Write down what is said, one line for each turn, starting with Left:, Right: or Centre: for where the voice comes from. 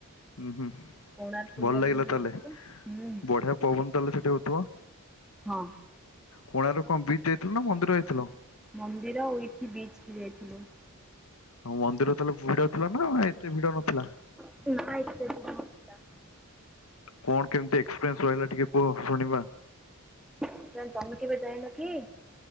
Left: ହୁଁ ହୁଁ
Centre: କୋଣାର୍କ ବୁଲିବା
Left: ଭଲ ଲାଗିଲା
Centre: ପାଇଁ ଯାଇଥିଲୁ
Left: ତାହେଲେ
Centre: ହୁଁ
Left: ବଢିଆ ପବନ ତାହେଲେ ସେଠି ହଉଥିବ।
Centre: ହଁ।
Left: କୋଣାର କଣ ବିଚ ଯାଇଥିଲ ନା ମନ୍ଦିର ଯାଇଥିଲ?
Centre: ମନ୍ଦିର ଉଇଠି ବିଚ୍ ବି ଯାଇଥିଲୁ।
Left: ହଁ ମନ୍ଦିର ତାହେଲେ ଭିଡ ଥିଲା ନା ଏତେ ଭିଡ ନଥିଲା।
Centre: ନାଁ ଏତେ ଭିଡ଼ ନଥିଲା।
Left: କଣ କେମିତି ଏକ୍ସପିରିଏନ୍ସ ରହିଲା ଟିକେ କୁହ ଶୁଣିବା।
Centre: ନାଇ ତମେ କେବେ ଯାଇନ କି।